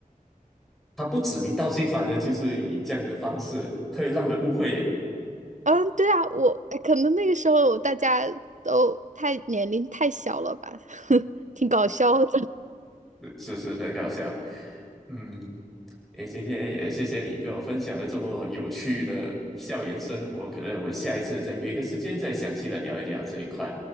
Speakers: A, in the centre; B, on the right.
A: 他不指名道姓，反正就是以这样的方式会让人误会耶
B: 嗯，对啊，我可能那个时候大家都太年龄太小了吧，<laughs> 挺搞笑的。
A: 是不是很搞笑？嗯，也今天也谢谢你跟我分享了这么有趣的校园生活，可能我们下一次再约一个时间再详细的聊一聊这一块。